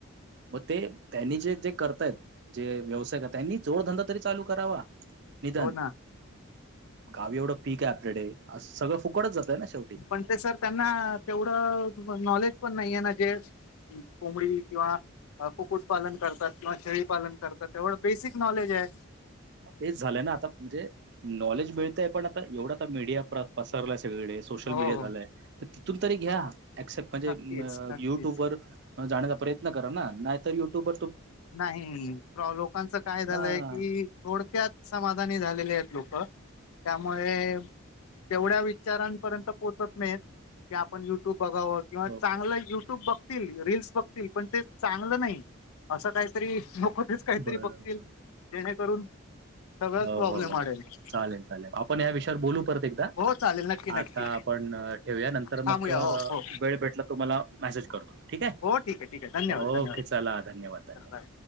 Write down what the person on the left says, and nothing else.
हो ना
पण ते सर त्यांना, तेवढं नॉलेज पण नाहीये ना जे कोंबडी किंवा कुकुट पालन करतात. किंवा शेळीपालन करतात. एवढं बेसिक नॉलेजे.
हो
हो
नक्कीच नक्कीच
नाही प्रो लोकांचं काय झालंय
की थोडक्यात समाधानी झालेलेत लोक. त्यामुळे तेवढ्या विचारांपर्यंत पोहोचत नाहीयेत. कु आपण युट्यूब बघावं किंवा.
चांगलं युट्यूब बघतील रीलस बघतील. पण ते चांगलं नाही. असं काहीतरी नको तेच काहीतरी
बघतील. जेणेकरून सगळच
प्रॉब्लेम
वाढलेत.
हो चालेल नक्की नक्की
थांबूया
हो हो
हो ठीक आहे ठीक आहे धन्यवाद
धन्यवाद
बाय